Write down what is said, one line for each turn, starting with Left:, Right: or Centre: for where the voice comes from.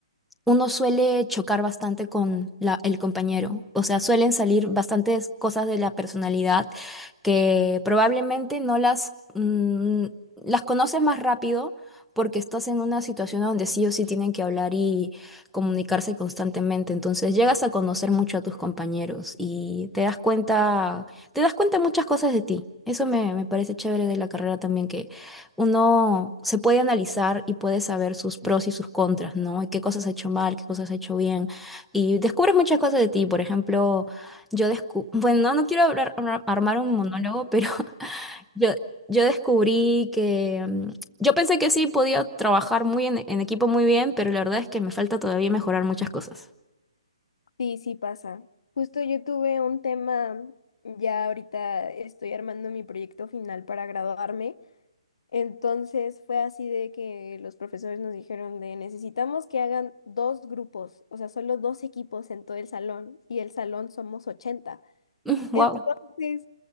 Centre: uno suele chocar bastante con la- el compañero. O sea, suelen salir bastantes cosas de la personalidad que probablemente no las, mm, las conoces más rápido porque estás en una situación donde sí o sí tienen que hablar y comunicarse constantemente. Entonces llegas a conocer mucho a tus compañeros y te das cuenta, te das cuenta muchas cosas de ti. Eso me, me parece chévere de la carrera también uno se puede analizar y puede saber sus pros y sus contras, ¿no? Y qué cosas ha hecho mal, qué cosas ha hecho bien. Y descubres muchas cosas de ti. Por ejemplo, yo descubrí, bueno, no no quiero hablar- hablar- armar un monólogo, pero <laughs> yo, yo descubrí que mm, yo pensé que sí podía trabajar muy en, en equipo muy bien, pero la verdad es que me falta todavía mejorar muchas cosas.
Left: Sí, sí pasa. Justo yo tuve un tema, ya ahorita estoy armando mi proyecto final para graduarme, entonces fue así de que los profesores nos dijeron de necesitamos que hagan dos grupos, o sea, solo dos equipos en todo el salón y el salón somos 80.
Centre: <laughs> wow.
Left: Entonces,